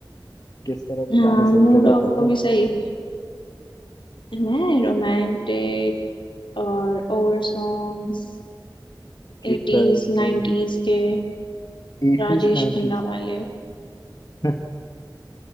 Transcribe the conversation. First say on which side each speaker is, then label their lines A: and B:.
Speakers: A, on the left; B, on the left.
A: किस तरह के
B: हाँ
A: गाने सुनते
B: मूड
A: रहते
B: ऑफ
A: हो
B: को
A: आप
B: भी सही है मैं रोमांटिक और ओल्ड सॉन्ग्स
A: किस
B: एटीज
A: तरह के
B: नाइन्टीज के
A: Eighties
B: राजेश
A: nineties
B: खन्ना वाले
A: <laughs>